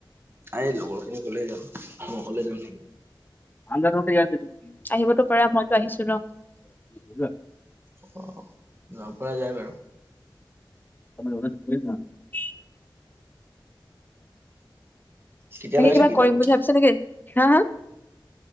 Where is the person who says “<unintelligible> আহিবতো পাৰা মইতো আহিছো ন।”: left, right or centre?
Left